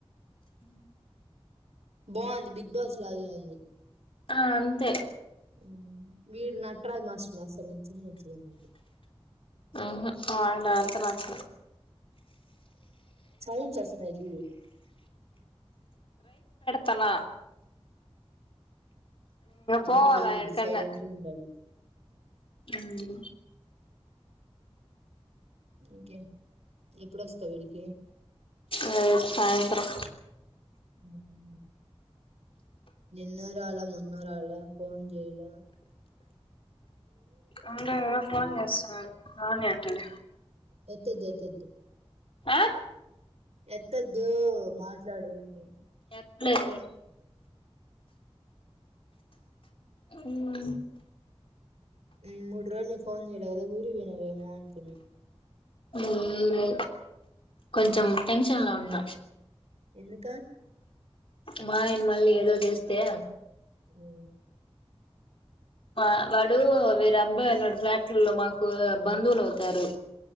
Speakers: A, on the left; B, on the right.
A: ఉ
B: బావుంది, బిగ్ బాస్ లాగే ఉంది.
A: ఆ అంతే
B: ఉమ్. వీడు నట్ర్ రాజ్ మాస్రల్ అసలు నచ్చనే నచ్చలేదు నాకు
A: ఆహా, వాడంత న స
B: సౌన్స్ వస్నాయ్ జుడు
A: తన
B: ఆయన
A: పోవాలా
B: చేయకూడదు
A: ఎడికన్నా
B: సైలెంటుగ ఉండాలి.
A: హు
B: ఇంకేం ఎప్పుడొస్తావు వీడికి
A: అ సాయంత్రం
B: హు‌హు నిన్న రాల మొ న్నారాల ఫోన్ జెయల
A: అంగ ఎవరో ఫోన్ చేస్సనారు, రాని అంటనే,
B: ఎత్తద్దు ఎత్తద్దు
A: ఆ
B: ఎత్తెద్దు మాట్లాడు అంట
A: అట్లే ని హుం
B: హు, మూడు రోజులు నీ ఫోన్ చేయిలే కదు ఊరివోయినావేమో అనుకున్నా
A: హూ మె కొంచెమ్ టెన్షన్ లోన్న
B: ఎందుకా
A: మా ఆయన మళ్ళీ ఏదోటి చేస్తే
B: హూ
A: మా వాడు వేరే అబ్బాయన్నాడు ఫ్లాట్లల్లో మాకు బంధువులైతారు.